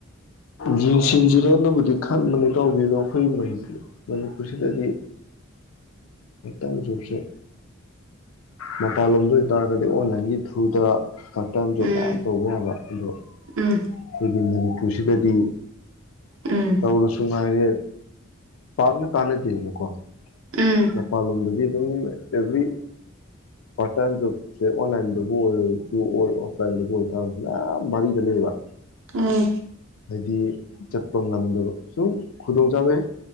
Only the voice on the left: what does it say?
ꯌꯦꯡꯁꯤꯟꯁꯤꯔꯥꯅꯕꯨꯗꯤ ꯈꯟꯕꯅꯤ ꯏꯇꯥꯎꯕꯤ ꯑꯗꯣ ꯑꯩꯈꯣꯏ ꯃꯅꯤꯄꯨꯔ ꯃꯅꯤꯄꯨꯔ ꯁꯤꯗꯗꯤ ꯄꯥꯔꯠ ꯇꯥꯏꯝ ꯖꯣꯕꯁꯦ ꯃꯄꯥꯟꯂꯣꯝꯗ ꯑꯣꯏ ꯇꯔꯒꯗꯤ ꯑꯣꯟꯂꯥꯏꯟꯒꯤ ꯊ꯭ꯔꯨꯗ ꯄꯥꯔꯠ ꯇꯥꯏꯝ ꯖꯣꯕ
ꯃꯌꯥꯝ ꯇꯧꯕ ꯌꯥꯕ ꯑꯗꯣ
ꯑꯩꯈꯣꯏꯒꯤ ꯃꯅꯤꯄꯨꯔꯁꯤꯗꯗꯤ
ꯇꯧꯔꯁꯨ ꯉꯥꯏꯔꯦ ꯄꯥꯛꯅ ꯀꯥꯟꯅꯗꯦꯗꯅꯀꯣ
ꯃꯄꯥꯟꯂꯣꯝꯗꯗꯤ ꯑꯗꯨꯝ ꯑꯦꯚ꯭ꯔꯤ ꯄꯥꯔꯠ ꯇꯥꯏꯝ ꯖꯣꯕꯁꯦ ꯑꯣꯟꯂꯥꯏꯟꯗꯕꯨ ꯑꯣꯏꯔꯁꯨ ꯑꯣꯐꯂꯥꯏꯟꯗꯕꯨ ꯑꯣꯏꯔ ꯇꯥꯔꯁꯨ ꯃꯌꯥꯝ ꯚꯔꯤꯗ ꯂꯩꯕ
ꯍꯥꯏꯗꯤ ꯆꯠꯄ ꯉꯝꯗꯕ ꯁꯨꯝ ꯈꯨꯗꯣꯡ ꯆꯥꯕ ꯍꯦꯛ